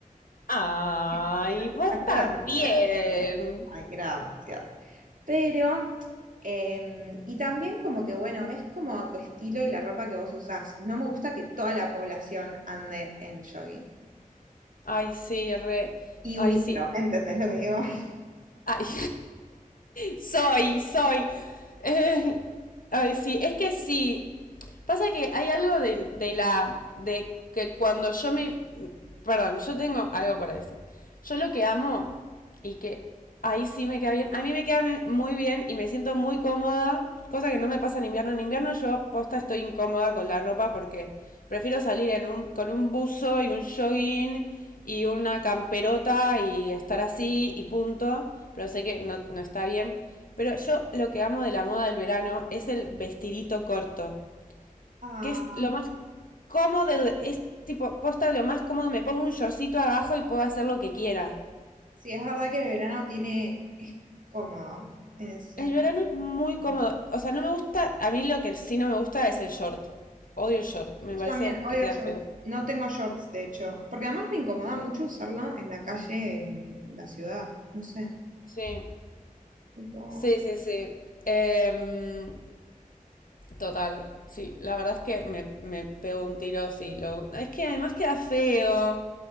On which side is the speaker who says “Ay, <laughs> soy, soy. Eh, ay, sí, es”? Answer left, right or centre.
Left